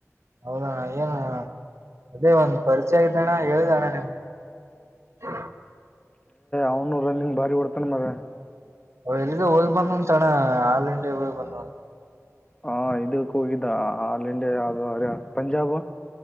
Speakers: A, on the right; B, on the left.
A: ಹೌದಣ್ಣ ಏನಣ್ಣ ಅದೇ ಒಂದ್ ಪರಿಚಯ ಆ ಇದ್ದಣ್ಣ ಹೇಳ್ದಣ್ಣ ನಿಮ್ಗ್ <unintelligible>
B: ಅವ್ನು ರನ್ನಿಂಗ್ ಭಾರಿ ಒಡ್ತಾನ ಮಗ
A: ಅವ ಎಲ್ಗೆ ಹೋಗಿ ಬಂದಂದ ಅಣ್ಣ ಆಲ್ ಇಂಡಿಯಾಗ ಹೋಗಿ ಬಂದ
B: ಹಾ ಇದಕ್ಕೆ ಹೋಗಿದ್ದ ಆಲ್ ಇಂಡಿಯಾ ಯಾವ್ದದು ಅರ ಪಂಜಾಬ್